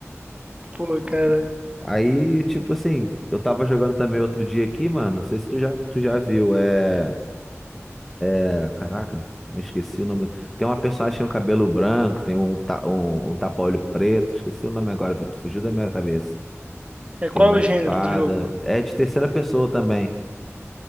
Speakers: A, on the right; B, in the centre.
A: Pô, cara.
B: Aí, tipo assim, eu tava jogando também outro dia aqui, mano. Não sei se tu já, tu já viu. É. É, Caraca, mas esqueci o nome. Tem uma personagem que tem um cabelo branco, tem um, ta- um, um tapa-olho preto. Esqueci o nome agora, Vitor. Fugiu da minha cabeça.
A: É, qual
B: Tem uma
A: é o
B: espada.
A: gênero do jogo?
B: É de terceira pessoa também.